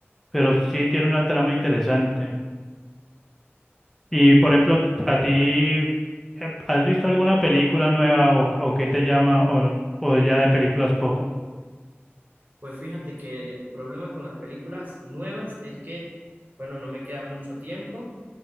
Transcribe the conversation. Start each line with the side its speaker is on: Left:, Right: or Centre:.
Centre: pero sí tiene una trama interesante. Y por ejemplo, ¿a ti eh, has visto alguna película nueva o, o qué te llama o, o ya de películas poco?
Right: Pues fíjate que el problema con las películas nuevas es que, bueno, no me queda mucho tiempo.